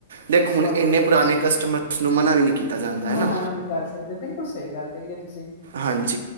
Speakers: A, on the right; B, on the left.
A: ਦੇਖ ਹੁਣ
B: ਸਵਾਦ
A: ਇੰਨੇ ਪੁਰਾਣੇ ਕਸਟਮਰ ਉਸ ਨੂੰ ਮਨਾ ਵੀ ਨਹੀਂ ਕੀਤਾ। ਜਾਂਦਾ ਹੈ
B: ਬਣਾ
A: ਨਾ
B: ਵੀ ਨਹੀਂ ਕਰ ਸਕਦੇ ਬਿਲਕੁਲ ਸਹੀ ਗੱਲ ਕਹੀਏ ਤੁਸੀਂ
A: ਹਾਂਜੀ